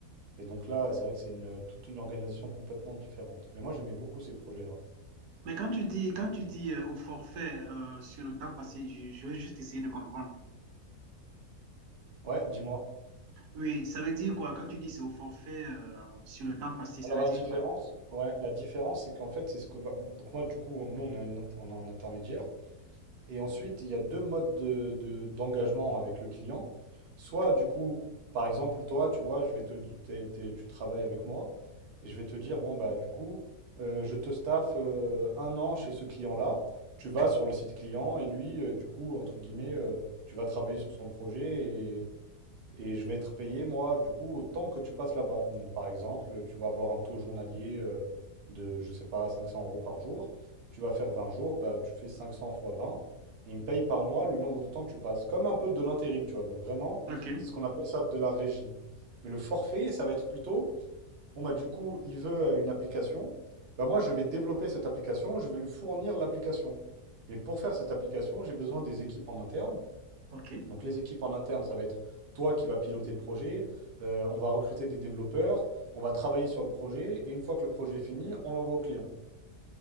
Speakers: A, on the right; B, on the right.
A: Et donc là, c'est vrai que c'est une, toute une organisation complètement différente. Mais moi, j'aimais beaucoup ces projets-là.
B: Mais quand tu dis, quand tu dis euh, au forfait euh, sur le temps passé, je, je vais juste essayer de comprendre.
A: Ouais, dis-moi.
B: Oui, ça veut dire quoi? Quand tu dis c'est au forfait euh, sur le temps passé, ça
A: Alors
B: veut
A: la
B: dire
A: différence,
B: quoi?
A: ouais, la différence, c'est qu'en fait, c'est ce que va... Donc moi, du coup, nous, on a, une int- on a un intermédiaire. Et ensuite, il y a deux modes de, de- d'engagement avec le client. Soit, du coup, par exemple, toi, tu vois, je vais te, di- t'es- t'es- tu travailles avec moi et je vais te dire, bon, bah, du coup, euh, je te staffe euh, un an chez ce client-là. Tu vas sur le site client et lui, euh, du coup, entre guillemets, euh, tu vas travailler sur son projet et je vais être payé, moi, du coup, autant que tu passes là-bas. Donc, par exemple, tu vas avoir un taux journalier euh, de, je sais pas, 500 euros par jour. Tu vas faire 20 jours, bah, tu fais 500 fois 20. Et ils me paye par mois le nombre de temps que tu passes. Comme un peu de l'intérim, tu vois. Donc, vraiment,
B: Ok,
A: c'est ce qu'on appelle ça de la régie. Mais le forfait, ça va être plutôt, bon, bah, du coup, il veut euh, une application. Bah, moi, je vais développer cette application, je vais lui fournir l'application. Mais pour faire cette application, j'ai besoin des équipes en interne.
B: ok.
A: Donc les équipes en interne, ça va être toi qui vas piloter le projet, euh, on va recruter des développeurs, on va travailler sur le projet, et une fois que le projet est fini, on l'envoie au client.